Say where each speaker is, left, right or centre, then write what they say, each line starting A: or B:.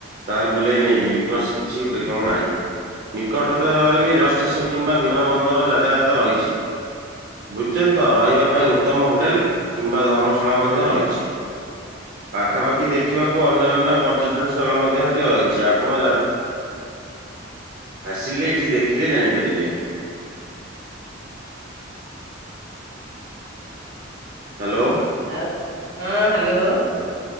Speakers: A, on the right; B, on the right.
A: ତାହେଲେ ବୁଲେଇ ନେଇଯିବି କୌଣସି ନିକଟରେ ବିରେଳ ଷ୍ଟେସନ କିମ୍ବା ବିମାନ ବନ୍ଦର ଯାତାୟାତ ରହିଛି ବୁଝୁଛନ୍ତି ତ ରହିବା ପାଇଁ ଉତ୍ତମ ହୋଟେଲ କିମ୍ବା ଧର୍ମଶାଳା ମଧ୍ୟ ରହିଛି। ପାଖାପାଖି
B: ଓହୋ
A: ଦେଖିବାକୁ ଅନ୍ୟ ଅନ୍ୟ ପର୍ଯ୍ୟଟନ ସ୍ଥଳ ମଧ୍ୟ ଏଇଠି ରହିଛି ଆପଣ ଆସିଲେ ଏଠି ଦେଖିଲେ ଜାଣିପାରିବେ।
B: ହ ହୁଁ <unintelligible>
A: ହ୍ୟାଲୋ।
B: ଆଉ ହଁ ହ୍ୟାଲୋ।